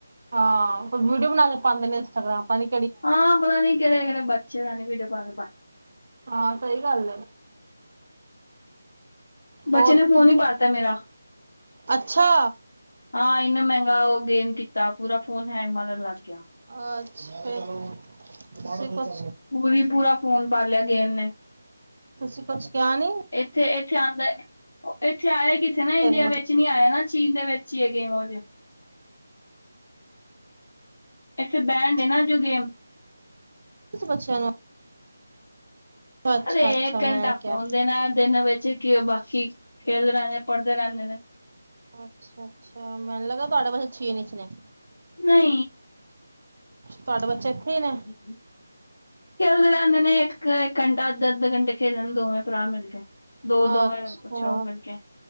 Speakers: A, on the right; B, on the left.
A: ਹਾਂ ਫੇਰ ਵੀਡੀਓ ਬਣਾ ਕੇ ਪਾਦੇ, ਇਨਸਟ ਗ੍ਰਾਮ ਪਤਾ ਨਈ
B: ਹਾਂ ਪਤਾਨਈ ਕਿਹੜੇ- ਕਿਹੜੇ ਬੱਚੇ, ਐ ਵੀਡੀਓ ਬਣਾ ਕੇ ਪਾਦੇ
A: ਹਾਂ, ਸਹੀ ਗੱਲ ਏ
B: ਬੱਚੇ
A: ਹੋਰ
B: ਨੇ
A: ਤੁਸੀਂ,
B: ਫੋਨ ਹੀ ਪਾੜਤਾ ਮੇਰਾ
A: ਅੱਛਾ
B: ਹਾਂ ਇੰਨਾ ਮਹਿੰਗਾ ਉਹ ਗੇਮ ਕੀਤਾ, ਪੂਰਾ ਫੋਨ ਹੈਂਗ ਮਾਰਨ, ਲੱਗ ਪਿਆ
A: ਅੱਛਾ ਕਰ <inaudible>
B: ਪੂਰੀ -ਪੂਰਾ ਫੋਨ ਪਾ ਲਿਆ, ਗੇਮ ਨੇ
A: ਤੁਸੀਂ ਕੁਛ ਕਿਹਾ ਨੀ
B: ਏਥੇ-ਏਥੇ ਆਂਦਾ ਏਥੇ ਆਇਆ ਕਿੱਥੇ ਨਾ ਇੰਡੀਆ
A: ਫਿਰ ਮਤਲਬ
B: ਵੇਚ ਨੀ ਆਇਆ ਨਾ ਚੀਨ ਦੇ ਵੇਚ ਚ ਗੇਮ ਉਦੇ। ਏਥੇ ਬੈਂਡ ਏ ਨਾ ਜੋ ਗੇਮ
A: ਤੁਸੀ ਬੱਚਿਆਂ ਨ ਅੱਛਾ
B: ਅਰੇ
A: ਅੱਛਾ
B: ਏਕ
A: ਮੈਂ
B: ਘੰਟਾ ਫੋਨ
A: ਕਿਹਾ
B: ਦੇਨਾ ਦਿਨ ਵਿੱਚ ਕੀ ਬਾਕੀ, ਖੇਲਦੇ ਰੈਂਦੇ ਨੇ ਪੜ੍ਹਦੇ ਰੈਂਦੇ ਨੇ।
A: ਅੱਛਾ-ਅੱਛਾ ਮੈਨੂੰ ਲੱਗਾ ਤੁਹਾਡੇ ਬੱਚੇ ਚੀਨ ਇਚ ਨੇ।
B: ਨਈ।
A: ਤੁਹਾਡੇ ਬੱਚੇ ਹੀ ਨੇ
B: ਹਾਂਜੀ ਖੇਲਦੇ ਰੈੰਦੇ ਨੇ ਏਕ-ਏਕ ਘੰਟਾ ਅੱਧੇ-ਅੱਧੇ ਘੰਟੇ ਖੇਲਣ ਦੋਵੇਂ ਭਰਾ ਮਿਲ ਕੇ। ਦੋ-ਦੋ
A: ਅੱਛਾ
B: ਛਾ ਮਿਲ ਕੇ।